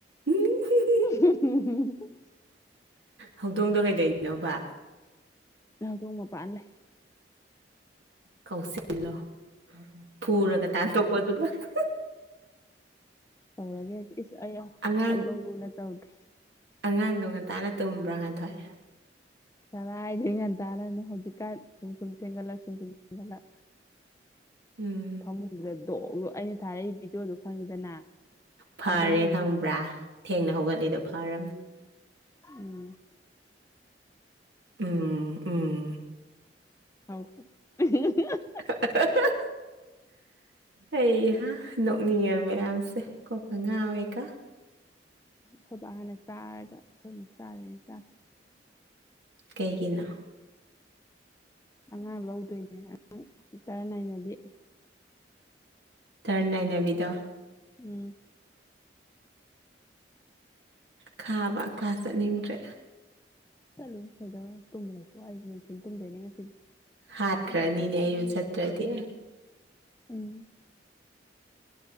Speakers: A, on the right (about 75°); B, on the left (about 15°).
A: ꯎꯝ
B: <unintelligible>
A: ꯍꯧꯗꯣꯡꯗꯣ ꯀꯩꯗꯧꯔꯤꯅꯣꯕ
B: ꯍꯧꯗꯣꯡ ꯃꯄꯥꯟ ꯂꯩ
A: ꯀꯧꯁꯤꯜꯂꯣ ꯐꯨꯔꯒ ꯇꯥꯟꯊꯣꯛꯄꯗꯨꯒ <unintelligible>
B: ꯇꯧꯔꯒꯦ ꯏꯁ ꯑꯩ
A: ꯑꯉꯥꯡ
B: ꯍꯧꯗꯣꯡ ꯂꯨꯅ ꯇꯧꯒꯦ
A: ꯑꯉꯥꯡꯗꯣ ꯉꯟꯇꯥꯅ ꯇꯨꯝꯕ꯭ꯔꯥ ꯉꯥꯟꯊꯣꯏ
B: ꯀꯔꯥꯏꯗꯩ ꯉꯥꯟꯇꯥꯅꯅꯣ ꯍꯧꯖꯤꯛꯀꯥꯟ ꯁꯨꯝ ꯁꯨꯝ ꯊꯦꯡꯒꯠꯂꯛ ꯁꯨꯝ ꯁꯨꯝ ꯊꯦꯡꯒꯠꯂꯛ
A: ꯎꯝ
B: ꯐꯃꯨꯡꯗꯨꯗ ꯗꯣ ꯑꯩꯅ ꯊꯥꯔꯛꯏ ꯚꯤꯗꯤꯑꯣꯗꯣ ꯈꯪꯉꯤꯗꯅ
A: ꯐꯔꯦ
B: ꯑꯗ ꯍꯦꯟꯕ
A: ꯈꯪꯕ꯭ꯔꯥ
B: ꯉꯥꯛꯇ
A: ꯊꯦꯡꯅ ꯍꯧꯒꯠꯂꯤꯗꯣ ꯐꯔꯝꯅꯦ
B: ꯎꯝ
A: ꯎꯝ ꯎꯝ
B: ꯍꯥꯎ <unintelligible>
A: <unintelligible> ꯑꯩꯍꯥ ꯅꯣꯛ ꯅꯤꯉꯦ ꯃꯌꯥꯝꯁꯦ ꯀꯣꯛꯀ ꯉꯥꯎꯋꯦꯀꯣ
B: ꯈꯣꯏꯕꯥ ꯍꯥꯟꯅ ꯆꯥꯔꯒ ꯈꯣꯏꯃꯨꯛ ꯆꯥꯔꯅꯤ ꯆꯥꯛꯁꯦ
A: ꯀꯩꯒꯤꯅꯣ
B: ꯑꯉꯥꯡ ꯂꯧꯗꯣꯏꯅꯦ ꯑꯉꯥꯡ ꯏ ꯆꯔ ꯅꯥꯏꯅꯕꯤ
A: ꯇꯔꯅꯥꯥꯏꯅꯕꯤꯗꯣ꯫
B: ꯎꯝ
A: ꯈꯥꯕ ꯀ꯭ꯂꯥꯁ ꯆꯠꯅꯤꯡꯗ꯭ꯔꯦ
B: ꯆꯠꯂꯨꯅꯨ ꯀꯩꯗꯧꯋꯦ ꯇꯨꯝꯕ ꯂꯩꯊꯣꯛ ꯑꯩꯁꯨ ꯅꯨꯡꯊꯤꯜ ꯇꯨꯝꯗꯣꯏꯅꯦ ꯉꯁꯤꯗꯤ
A: ꯍꯥꯠꯈ꯭ꯔꯅꯤꯅꯦ ꯑꯩꯁꯨ ꯆꯠꯇ꯭ꯔꯗꯤ
B: ꯎꯝ